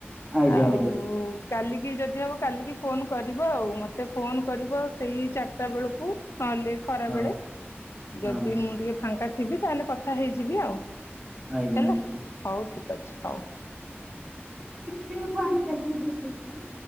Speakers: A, on the right; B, on the left.
A: ଆଜ୍ଞା
B: ଆଉ
A: ଆଜ୍ଞା।
B: କାଲିକି ଯଦି ହବ କାଲିକି ଫୋନ୍ କରିବ ଆଉ ମତେ ଫୋନ୍ କରିବ ସେଇ ଚାରିଟା ବେଳୁକୁ ନହେଲେ ଖରା
A: ହଁ
B: ବେଳେ ଯଦି
A: ହଁ ହଁ
B: ମୁଁ ଟିକେ ଫାଙ୍କା ଥିବି ତାହେଲେ କଥା ହେଇଯିବି ଆଉ।
A: ଆଜ୍ଞା
B: ହେଲା
A: ଆଜ୍ଞା
B: ହଉ ଠିକ୍ ଅଛି ହଉ।
A: ଦେଖ ଭଞ୍ଚ <inaudible>